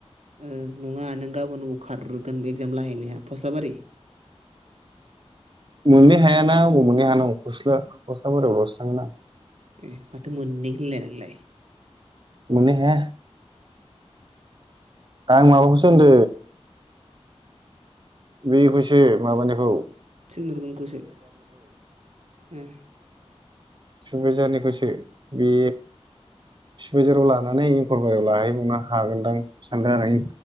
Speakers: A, on the right; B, on the right.
A: ओ नङा नों गाबोन अबाव खारग्रोगोन एगजाम लाहैनाया फस्लाबारि?
B: मोननै हायाना अबाव मोननै हानांगौ फस्ला फस्ला बारियाव लसो थांगोन आं।
A: ए माथो मोननै होननाय नोंलाय?
B: मोननै हाया। आं माबाखौसो होनदों बेखौसो माबानायखौ
A: थिनहरगोन खौसो ओम
B: सुबायझारनिखौसो। बे सुबायझाराव लानानै एंकरबारियाव लाहैबावनो हागोनदां सानदों आरो।